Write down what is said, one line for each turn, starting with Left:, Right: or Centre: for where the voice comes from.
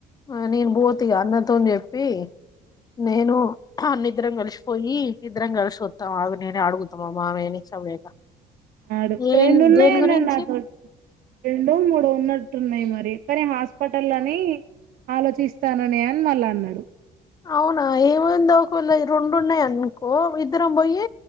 Left: ఆ నేను బోతిగా అన్న తోన్చెప్ చెప్పి నేను ఆ మనిద్రం కలిసిపోయి ఇద్దరం కలిసి వస్తాం ఆగు నేనే అడుగుతా మా మామయ్యని సపడేక
Right: అడు
Left: ఏం
Right: రెండు ఉన్నాయిన్నండి
Left: దేని గురించి
Right: నాతోని రెండు మూడు ఉన్నట్టున్నాయి మరి కానీ హాస్పిటల్ అని ఆలోచిస్తాన్ననే అని మళ్ళా అన్నాడు
Left: అవునా ఏమైందో ఒకవేళ రెండు ఉన్నాయి అనుకో ఇద్దరం పోయి